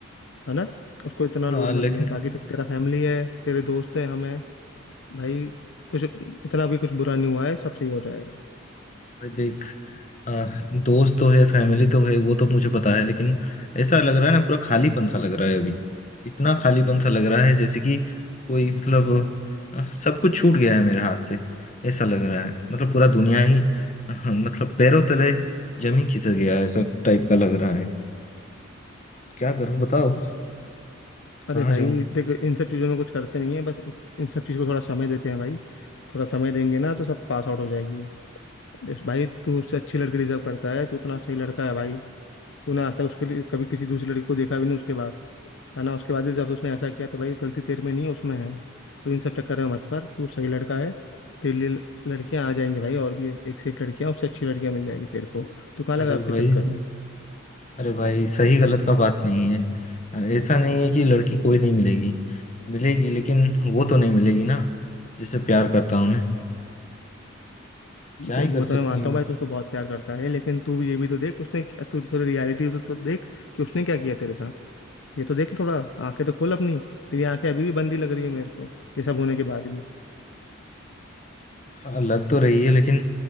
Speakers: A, on the left; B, on the left.
A: है ना उसको इतना
B: हाँ
A: लोड
B: लेकिन
A: मत ले बाकी देख तेरा फैमिली है तेरे दोस्त है हम हैं भाई कुछ इतना भी कुछ बुरा नहीं हुआ है सब सही हो जाएगा
B: भाई देख आ, दोस्त तो है फैमिली तो है वो तो मुझे पता है लेकिन ऐसा लग रहा है ना पूरा खालीपन सा लग रहा है अभी इतना खालीपन सा लग रहा है जैसे कि कोई मतलब आ, सब कुछ छूट गया है मेरे हाथ से ऐसा लग रहा है मतलब पूरा दुनिया ही हाँ, मतलब पैरों तले जमीन खिसक गया है ऐसा टाइप का लग रहा है क्या करूं बताओ
A: अरे
B: कहाँ
A: भाई
B: जाऊं
A: देख इन सब चीज़ों में कुछ करते नहीं है बस इस- इन सब चीज़ को थोड़ा समय देते हैं भाई थोड़ा समय देंगे ना तो सब पास आउट हो जाएगी इस- भाई तू उससे अच्छी लड़की डिजर्व करता है तू इतना सही लड़का है भाई तूने आज तक उसके लिए कभी किसी दूसरी लड़की को देखा भी नहीं उसके बाद है ना उसके बाद भी जब उसने ऐसा किया तो भाई गलती तेरे में नहीं है उसमें है तो इन सब चक्कर में मत पर तू सही लड़का है तेरे लिए लड़कियां आ जाएंगी भाई और भी एक, एक से एक लड़कियां उससे अच्छी लड़कियां मिल जाएगी तेरे को तू कहाँ लगा
B: अरे
A: उसके
B: भाई
A: चक्कर में
B: अरे भाई सही गलत का बात नहीं है अ, ऐसा नहीं है कि लड़की कोई नहीं मिलेगी मिलेगी लेकिन वो तो नहीं मिलेगी ना जिससे प्यार करता हूँ मैं क्या
A: ते-
B: ही कर
A: वो
B: सकते
A: तो मैं मानता
B: हैं
A: हूँ भाई तू उसको बहुत प्यार करता है लेकिन तू ये भी तो देख उसने तू थोड़ी रियलिटी तो, तो देख कि उसने क्या किया तेरे साथ ये तो देख थोड़ा आंखें तो खोल अपनी तेरी आंखें अभी भी बंदी लग रही है मेरे को ये सब होने के बाद भी
B: हाँ लग तो रही है लेकिन